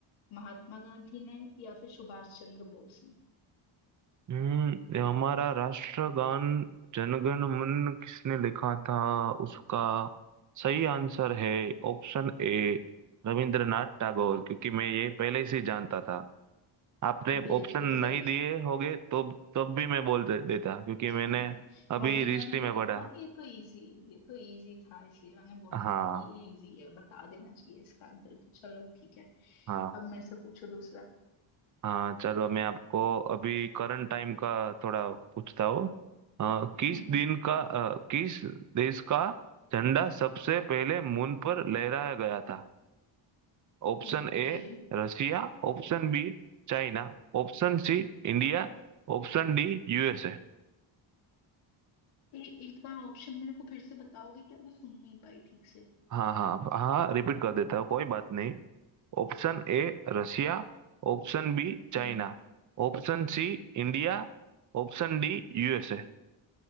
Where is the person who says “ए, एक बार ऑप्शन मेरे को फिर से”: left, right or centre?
Left